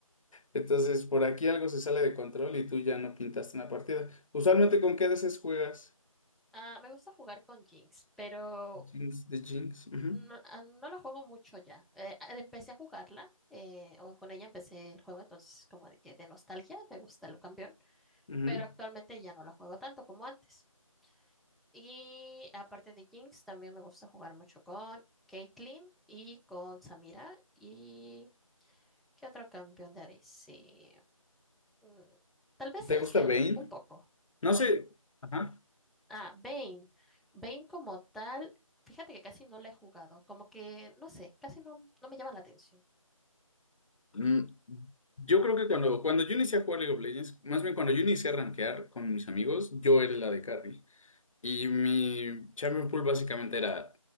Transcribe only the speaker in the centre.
Ah, me gusta jugar con Jinx, pero
no, ah, no la juego mucho ya. Eh, ah, empecé a jugarla, eh, o con ella empecé el juego, entonces como de que de nostalgia me gusta el campeón,
pero actualmente ya no la juego tanto como antes. Y aparte de Jinx, también me gusta jugar mucho con Caitlyn y con Samira y ¿qué otro campeón de ADC? Mm, Tal vez
es
real,
un poco.
Ah, Bane. Bane como tal, fíjate que casi no la he jugado. Como que, no sé, casi no, no me llama la atención.